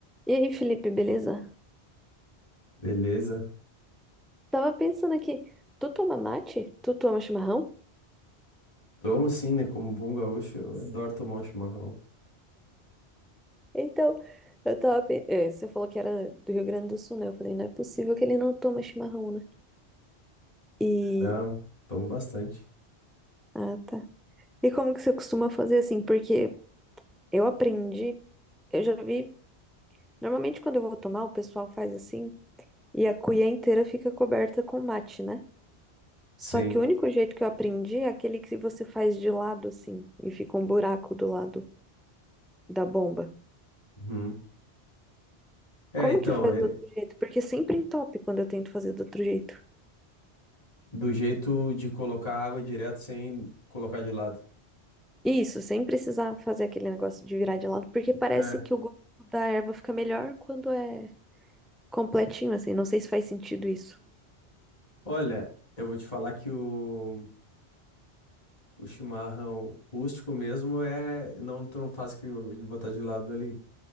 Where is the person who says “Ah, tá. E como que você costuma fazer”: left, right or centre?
Centre